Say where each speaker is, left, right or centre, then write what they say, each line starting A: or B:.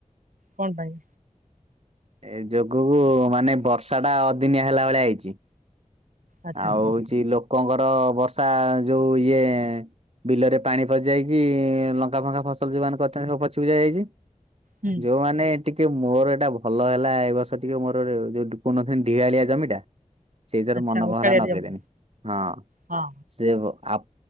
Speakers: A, on the right (about 90°); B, on the right (about 50°).
A: କଣ ପାଇଁ?
B: ଏ ଯୋଗୁକୁ ମାନେ ବର୍ଷା ଟା ଅଦିନିଆ ହେଲା ଭଳିଆ ହେଇଛି।
A: ଆଚ୍ଛା
B: ଆଉ
A: ଆଚ୍ଛା
B: ହଉଛି ଲୋକଙ୍କର ବର୍ଷା ଯୋଉ ଇଏ ବିଲରେ ପାଣି ଫଜାଇକି ଲଙ୍କା ଫଙ୍କା ଫ ଫସଲ ଯୋଉମାନେ କରିଛନ୍ତି ସବୁ ପଚି ପୁଚା ଯାଇଛି
A: ହୁଁ
B: ଯୋଉମାନେ ଟିକେ ମୋର ଏଇଟା ଭଲ ହେଲା ଏ ବର୍ଷ ଟିକେ ମୋର ଯୋଉ କହୁନଥାନ୍ତି <unintelligible> ଆଳିଆ ଜମିଟା। ସେଇଥିରେ
A: ଆଚ୍ଛା
B: ମନ କଣ
A: ଉଚାଳିଆରେ
B: ହେଲା ନଗେଇଦେନି
A: ଜମି
B: ହଁ।
A: ହଁ
B: ସେ ଆ